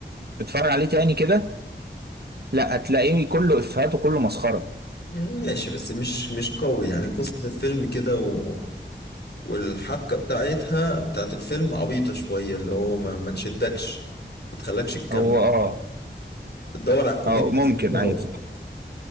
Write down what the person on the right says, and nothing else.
اتفرج عليه تاني كده لا هتلاقيه كله إفيهات وكله مسخرة
هو اه
اه ممكن
ايوه صح